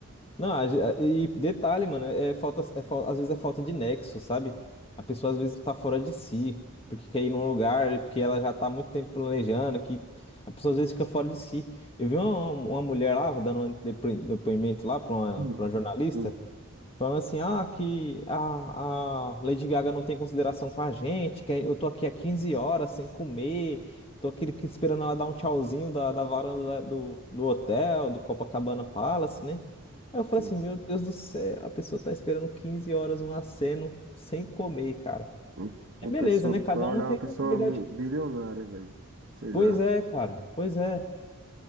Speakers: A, on the left; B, on the right.
A: Não, a ge- a- e detalhe, mano, é é falta, é, fal- às vezes é falta de nexo, sabe? A pessoa às vezes tá fora de si, porque quer ir num lugar, porque ela já tá há muito tempo planejando, que a pessoa às vezes fica fora de si. Eu vi uma, uma mulher lá, vou dando um depo- depoimento lá pra uma,
B: Hum.
A: pra uma jornalista,
B: Hum.
A: Falando assim, ah, que a, a Lady Gaga não tem consideração com a gente, que é, eu tô aqui há 15 horas sem comer, tô aqui que- esperando ela dar um tchauzinho da, da varanda lá do, do hotel, do Copacabana Palace, né? Aí eu falei
B: Sim.
A: assim, meu Deus do céu, a pessoa tá esperando 15 horas um aceno sem comer, cara.
B: Um- Uma
A: É beleza,
B: pessoa,
A: né? Cada
B: pra
A: um
B: olhar
A: tem
B: uma pessoa
A: a liberdade.
B: bilionária, velho. Sei
A: Pois
B: lá.
A: é, cara, pois é.